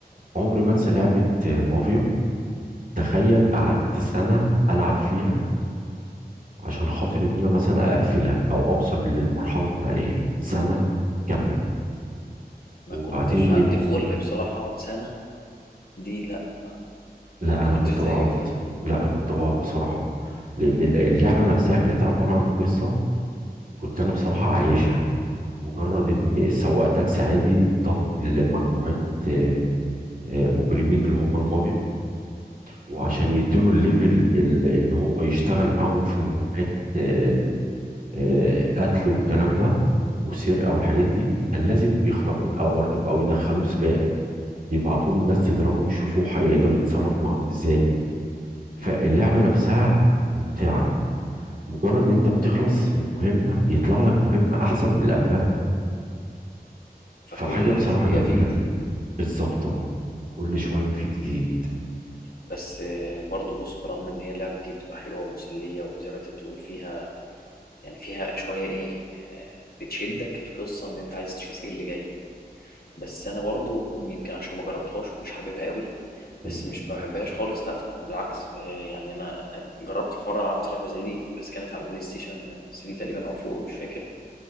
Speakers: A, on the right (about 55°); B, on the left (about 65°).
A: عمري ما انسى لعبه مافيا تخيل قعدت سنه العب فيها عشان خاطر ان انا مثلا اقفلها او اوصل للمرحله النهائيه سنه كامله
B: ما
A: وبعدين
B: كنتش
A: ايه
B: عندي خلق بصراحة اقعد سنة دي لا ما
A: لا
B: ما
A: انا
B: كنتش
A: كنت
B: زيك
A: بقعد
B: فيها
A: لا كنت بقعد بصراحه لان اللعبه نفسها كانت عباره عن قصه كنت انا بصراحه عايشها مجرد ان سواق تاكسي عادي انضم لمجموعه آه، آه، مجرمين اللي هم المافيا وعشان يديله الليفل ال- ان هو يشتغل معاهم في مهمات آه، آه، قتل والكلام ده وسرقه والحاجات دي كان لازم يختبروه الاول بقوا يدخلوه سباق يبعتوا له ناس تضربه ويشوفوا هيقدر يتصرف معاهم ازاي فاللعبه
B: مم.
A: نفسها ممتعه مجرد ان انت بتخلص من مهمة يطلع لك مهمة احسن من اللي قبلها
B: فكل
A: فحاجة بصراحة
B: شوية
A: جميلة
B: في جديد
A: بالظبط اه كل شوية في جديد
B: بس آه، برضو بص برغم ان هي اللعب دي بتبقى حلوة ومسلية وزي ما انت بتقول فيها يعني فيها شوية ايه آه، بتشدك القصة ان انت عايز تشوف ايه اللي جاي بس انا برضو يمكن عشان ما جربتهاش مش حاببها قوي
A: مم.
B: بس مش ما بحبهاش خالص لا طبعا بالعكس آه، يعني انا جربت في مرة لعبت لعبة زي دي بس كانت على البلاي ستيشن 3 تقريبا او 4 مش فاكر